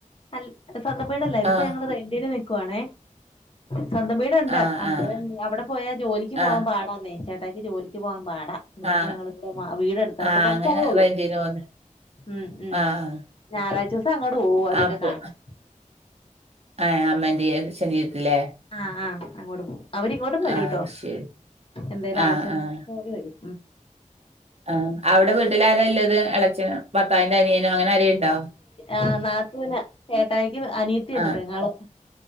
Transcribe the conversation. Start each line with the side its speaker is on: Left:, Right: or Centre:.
Left: അൽ സ്വന്തം വീടല്ല ഇത് ഇപ്പ
Right: ആഹ്
Left: ഞങ്ങള് റെന്റിനു വെ കുവാണെ സ്വന്തം വീട്ണ്ട്
Right: ആഹ്
Left: അന്നേരം
Right: ആഹ്
Left: അവിടെ പോയാ ജോലിക്ക് പോവാൻ
Right: ആഹ്
Left: പാടാന്നേ ചേട്ടായ്ക്ക് ജോലിക്ക് പോകാൻ പാടാ അതൊണ്ട്
Right: ആഹ്
Left: ഞങ്ങളിവിടെ വീടെ എടുത്ത ഇപ്പൊ
Right: ആഹ്
Left: കോർ
Right: അങ്ങനെ
Left: ചയെ ഒള്ളൂ
Right: റെന്റിന് പോന്ന്
Left: ഉം ഉം
Right: ആഹ്
Left: ഞാറാഴ്ച ദിവസം അങ്ങട്ട് പോവും അവരെക്കെ
Right: അപ്പൊ
Left: കാണാൻ
Right: ആഹ് അമ്മന്റെ, അച്ഛന്റെ അടുത്തല്ലേ
Left: ആഹ് ആഹ് അങ്ങോട്ട് പോവും. അവരിങ്ങോട്ടും വരൂട്ടോ
Right: ആഹ് ശരി
Left: എന്തേലും
Right: ആഹ്
Left: ആവശ്യങ്ങൾക്ക്
Right: ആഹ്
Left: ഓടി വെരും.
Right: ആഹ് അവടെ വീട്ടില് ആരല്ലത് എളച്ചനും ഭർത്താവിന്റെ അനിയനോ അങ്ങനെ ആരെണ്ടോ?
Left: ആഹ് നാത്തുന് ചേട്ടായിക്ക് അനിയത്തിയുണ്ട്
Right: ആഹ്
Left: പെങ്ങള്